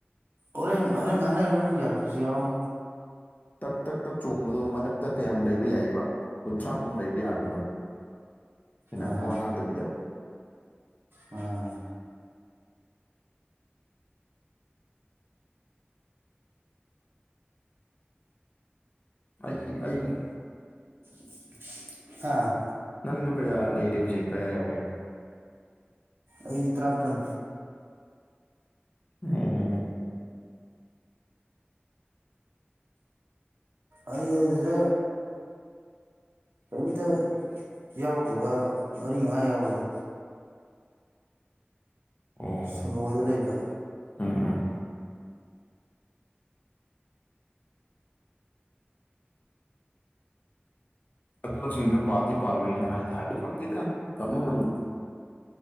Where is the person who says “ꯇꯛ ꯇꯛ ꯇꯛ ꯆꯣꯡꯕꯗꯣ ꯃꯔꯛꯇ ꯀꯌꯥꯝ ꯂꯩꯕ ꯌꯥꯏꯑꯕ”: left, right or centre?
Left